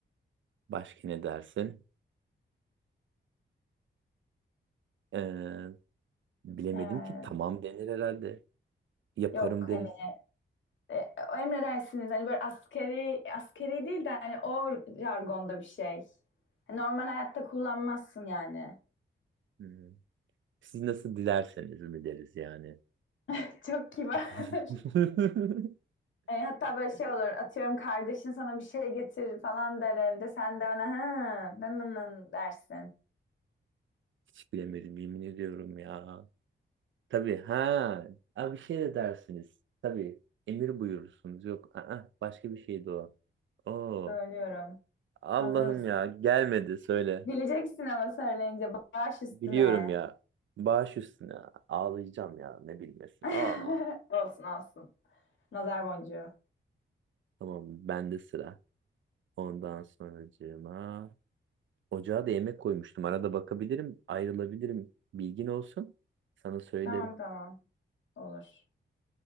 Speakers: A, on the right; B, on the left.
A: Başka ne dersin? Ee, Bilemedim
B: Ee,
A: ki tamam denir herhalde. Yaparım
B: yok
A: deriz.
B: hani e, o emredersiniz hani böyle askeri askeri değil de hani o jargonda bir şey. Hani Normal hayatta kullanmazsın yani.
A: Hmm. Siz nasıl dilerseniz mi deriz yani.
B: <laughs> Çok kibar.
A: <laughs>
B: <laughs> E, hatta böyle şey olur atıyorum kardeşin sana bir şey getirir falan der evde sen de ona ha nın nın nın" dersin.
A: Hiç bilemedim yemin ediyorum ya. Tabii ha. Abi bir şey de dersiniz. Tabii emir buyurursunuz. Yok aa, başka bir şeydi o. Oo.
B: Söylüyorum.
A: Allah'ım
B: Hazır mısın?
A: ya gelmedi söyle.
B: Bileceksin ama söyleyince baş üstüne.
A: Biliyorum ya. Baş üstüne ağlayacağım ya ne bilmesi.
B: <laughs>
A: Aa.
B: Olsun olsun. Nazar boncuğu.
A: Tamam bende sıra. Ondan sonracığıma Ocağa da yemek koymuştum. Arada bakabilirim, ayrılabilirim. Bilgin olsun. Sana söylerim.
B: Tamam tamam. Olur.